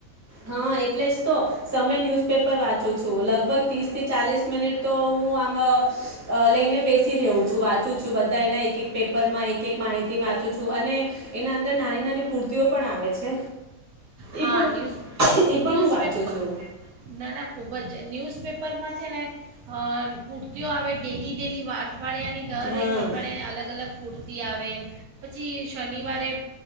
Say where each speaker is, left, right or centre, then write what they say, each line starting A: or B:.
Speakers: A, on the right; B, on the right.
A: હા એટલે જ તો, સમય ન્યૂઝપેપર વાંચું છું લગભગ ત્રીસ થી ચાલીસ મિનિટ તો હું આમાં, લઈને બેસી રહઉ છું વાંચું છું બધા એના એક એક પેપરમાં એક એક માહિતી વાંચું છું અને, એના અંદર નાની નાની પૂર્તિઓ પણ આવે છે.
B: હા
A: એ પણ
B: ન્યુઝ
A: એ પણ
B: ન્યૂઝ
A: હું વાંચું
B: પેપ
A: છું
B: નાના ખોબર. ન્યૂઝપેપરમાં છે ને, પૂરતીઓ આવે ડેલી ડેલી વાત અઠવાડિયાની દર
A: હા
B: એકક અઠવાડિયાને અલગ અલગ પૂરતી આવે, પછી શનિવારે